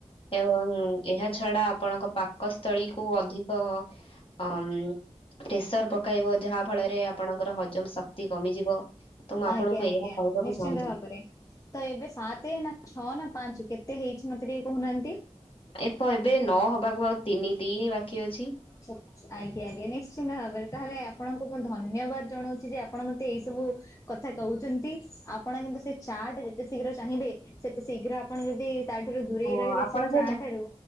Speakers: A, on the left (about 50°); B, on the left (about 25°).
A: ଏବଂ ଏହା ଛଡା ଆପଣଙ୍କ ପାକସ୍ଥଳୀକୁୁ ଅଧିକ ଅଂମ ପ୍ରେସର ପକାଇବ ଯାହା ଫଳରେ ଆପଣଙ୍କର ହଜମ ଶକ୍ତି କମିଯିବ। ତ ମୁଁ ଆପଣଙ୍କୁ
B: ଆଜ୍ଞା ଆଜ୍ଞା
A: ଏହା କହିବାକୁ
B: ନିଶ୍ଚିନ୍ତ
A: ଚାହୁଁଥିଲି।
B: ଭାବରେ। ତ ଏବେ ସାତ ନା ଛଅ ନା ପାଞ୍ଚ କେତେ ହେଇଚି। ମତେ ଟିକେ କୋହୁନାହାନ୍ତି।
A: ଏପ ଏବେ ନ ହବାକୁ ଆଉ ତିନି, ତିନି ବାକି ଅଛି।
B: ଠିକ୍ ଅଛି। ଆଜ୍ଞା ଆଜ୍ଞା ନିଶ୍ଚିନ୍ତ ଭାବରେ ତାହେଲେ ଆପଣଙ୍କୁ ମୁଁ ଧନ୍ୟବାଦ ଜଣୋଉଚି ଯେ ଆପଣ ମତେ ଏଇ ସବୁ କଥା କୋହୁଚନ୍ତି। ଆପଣ କିନ୍ତୁ ସେ ଚାହାଟେ ଯେତେ ଶୀଘ୍ର ଚାହିଁବେ ସେତେ ଶୀଘ୍ର ଆପଣ ଯଦି ତାଠାରୁ ଦୂରେଇ
A: ହଁ
B: ରହିବେ
A: ଆପଣ
B: ସେଇ
A: ତ
B: ଚା ଠାରୁ